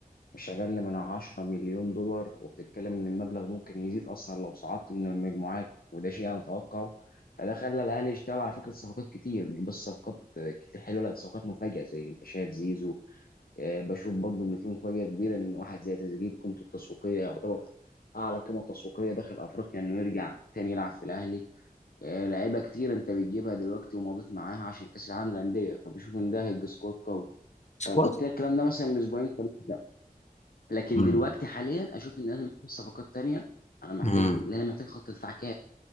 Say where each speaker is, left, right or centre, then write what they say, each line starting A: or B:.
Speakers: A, on the left; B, on the left.
A: مش أقل من 10 مليون دولار وبتتكلم إن المبلغ ممكن يزيد أصلا لو صعدت من المجموعات وده شيء أنا أتوقعه فده خلى الأهلي يشتغل على فكرة صفقات كتير مش بس صفقات آه، كتير حلوة لا ده صفقات مفاجئة زي أنت شايف زيزو آه، بشوف برضو إن في مفاجأة كبيرة إن واحد زي تريزيجيه بقيمته التسويقية يعتبر أعلى قيمة تسويقية داخل أفريقيا إنه يرجع تاني يلعب في الأهلي آه، لعيبه كتير انت بتجيبها دلوقتي ومضيت معاها عشان كاس العالم للانديه فبشوف ان ده هيبقى سكواد قوي
B: سكواد
A: فقلت لك الكلام ده مثلا من اسبوعين ثلاثه لا. لكن
B: امم
A: دلوقتي حاليا اشوف ان انا محتاج صفقات تانية انا محتاج
B: امم
A: ان انا محتاج خط دفاع كامل